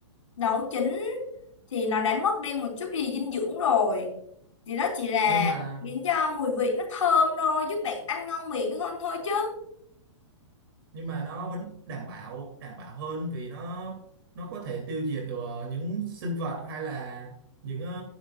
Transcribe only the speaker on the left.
nấu chín thì nó đã mất đi một chút gì dinh dưỡng rồi thì đó chỉ là
khiến cho mùi vị nó thơm thôi giúp bạn ăn ngon miệng hơn thôi chứ